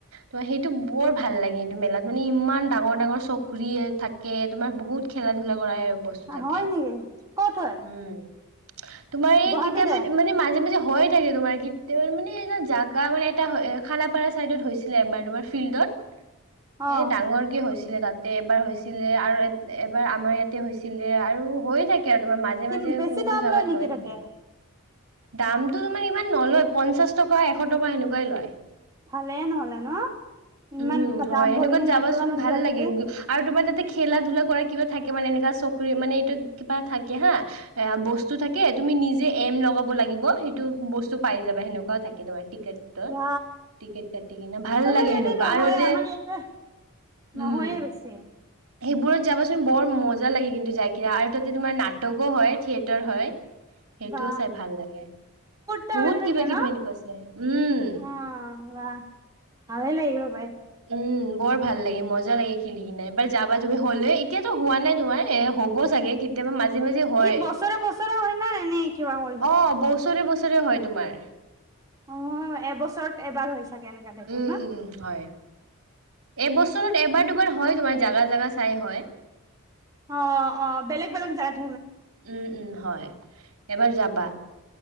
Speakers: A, on the right; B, on the right.
A: ত' সেইটো বৰ ভাল ভাল লাগে এইটো মেলাত মানে ইমান ডাঙৰ ডাঙৰ চকৰি থাকে, তোমাৰ বহুত খেলা ধূলা কৰা বস্তু থাকে
B: হয় নেকি ক'ত হয়?
A: উম তোমাৰ এই
B: গুৱাহাটীতে
A: কেতিয়াবা মানে মাজে মাজে হয় থাকে তোমাৰ কেতিয়াবা মানে এটা জাগা জাগা মানে এটা খানাপাৰা চাইডত হৈছিলে এবাৰ তোমাৰ ফিল্ডত।
B: অ
A: এ ডাঙৰ কে হৈছিলে তাতে এবাৰ হৈছিলে আৰু এবাৰ আমাৰ ইয়াতে হৈছিল হৈছিলে আৰু হৈয়ে থাকে আৰু তোমাৰ মাজে
B: কি
A: মাজে
B: বেছি
A: কোন কোন
B: দাম
A: জাগাত
B: লয় নেকি
A: হৈয়ে থাকে।
B: তাতে
A: দামটো তোমাৰ ইমান নলয় পঞ্চাশ টকা এশ টকা সেনেকুৱাই লয়।
B: ভালে নহলে ন' ইমান
A: উম, হয়
B: দাম
A: সেনেকুৱাত
B: ভৰি কিনে
A: যাবচোন
B: একেলনত
A: ভাল
B: যোৱা
A: লাগে
B: থাকি
A: আৰু তোমাৰ তাতে খেলা ধূলা কৰা কিবা থাকে মানে এনেকুৱা চকৰি মানে কিবা থাকে হা এ বস্তু থাকে তুমি নিজে এম লগাব লাগিব সেইটো বস্তু পাই যাবা সেনেকুৱাও থাকে তোমাৰ টিকেটৰ
B: বা
A: টিকেট কাটি কিনে ভাল
B: আমাৰ
A: লাগে
B: ইয়াতে
A: সেনেকুৱা
B: নহয়
A: আৰু এতিয়া
B: আমাৰ
A: উম,
B: ইয়াতে নহয়ে বেছি
A: সেইবোৰত যাবাচোন বৰ মজা লাগে কিন্তু যাই কিনা আৰু তাতে তোমাৰ নাটকো হয় থিয়েটাৰ হয়। সেইটোও
B: বা
A: চাই ভাল লাগে।
B: টাইম
A: বহুত
B: হৈ থাকে
A: কিবা
B: ন
A: কিবি এনেকুৱা আছে উম।
B: অ বা ভালে লাগিব পাই
A: উম বৰ ভাল লাগে মজা লাগে খেলি কিনে এবাৰ যাবা তুমি হলে এতিয়াতো হোৱা নাই তোমাৰ এহ হব চাগে কেতিয়াবা মাজে মাজে হয়
B: কি
A: অ',
B: বছৰে বছৰে হয় না এনে কিবা কৰি হয়
A: বছৰে-বছৰে বছৰে হয় তোমাৰ
B: অ', এবছৰত এবাৰ হৈ চাগে এনেকা টাইপৰ
A: উম-উম
B: ন
A: হয় এবছৰত এবাৰ দুবাৰ হয় তোমাৰ জাগা জাগা চাই হয়
B: অ', -অ', বেলেগ-বেলেগ জাগাত
A: উম-উম হয় এবাৰ যাবা।